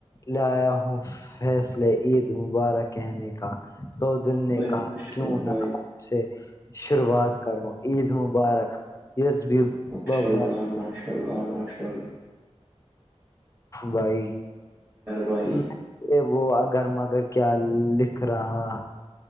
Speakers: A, on the left; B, on the right.
A: لایا ہوں فیصلے عید مبارک کہنے کا تو دل
B: اللہ
A: نے
B: بھائی
A: کہا
B: ماشاء
A: کیوں
B: اللہ
A: نہ
B: بھائی
A: سے شروعات کرو عید مبارک بھی
B: ماشاء
A: بابا
B: اللہ ماشاء اللہ ماشاء ال
A: بھائی
B: بھائی
A: ہ یہ وہ اگر مگر کیا لکھ رہا